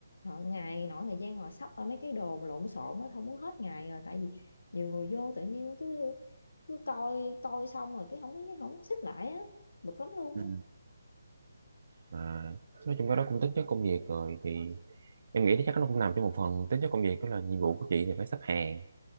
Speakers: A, on the left; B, on the right.
A: Họ ngày nọ thời gian ngồi sắp ra mấy cái đồ mà lộn xộn nó không muốn hết ngày rồi tại vì nhiều người vô tự nhiên cứ cứ coi coi xong rồi cái không không xếp lại á bực lắm luôn
B: Ừ.
A: á
B: mà nói chung cái đó cũng tính chất công việc rồi thì em nghĩ chắc nó cũng nằm trong một phần tính chất công việc đó là nhiệm vụ của chị thì phải xếp hàng